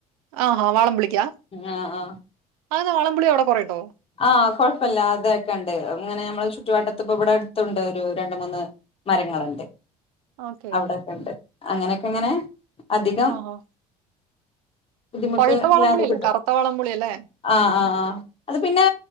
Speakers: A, on the right; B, on the left.
A: ആഹ് വാളം പുളിക്കാ
B: ആഹ് ആഹ്
A: ആഹ് വാളം മ്പളി അവിടെ കുറേട്ടോ
B: ആഹ് കൊഴപ്പല്ല അതൊക്കെയ ഉണ്ട് ഇങ്ങനെ നഞമ്മള് ചുറ്റുവാട്ടത്തിപ്പ ഇവിടെ അടുത്തുണ്ട് ഒരു രണ്ട മൂന്ന് മരങ്ങളുണ്ട്
A: ഓക്കേ
B: അവിടൊക്കെ ഉണ്ട് അങ്ങനെയൊക്കെ ഇങ്ങനെ അധികം
A: ആഹാ
B: ബുദ്ധിമുട്ട്
A: പഴുത്ത വളംപൊളിയല്ലേ
B: ഇല്ലാതെ കിട്ടും
A: കറുത്ത വളംപൊളിയല്ലേ
B: ആഹ്
A: ഉം
B: ആഹ് ആഹ് അത് പിന്നെ